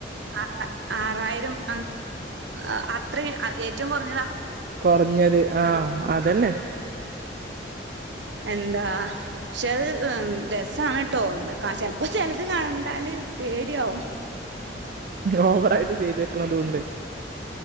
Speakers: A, on the right; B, on the right.
A: ആഹ് ആഹ് ആറായിരം അ ഹാ അത്രേ ഏറ്റവും കൊർഞ്ഞത.
B: കൊർഞ്ഞത് ആഹ് അതെന്നെ.
A: എന്താ ക്ഷെ അത് രസാണ് ട്ടോ കാശൻ ചെൽപ്പോ ചെലത് കണ്ടാല് പേടിയാവും.
B: ഓവറായിട്ട് ചെയ്തെക്ക്ണതുണ്ട്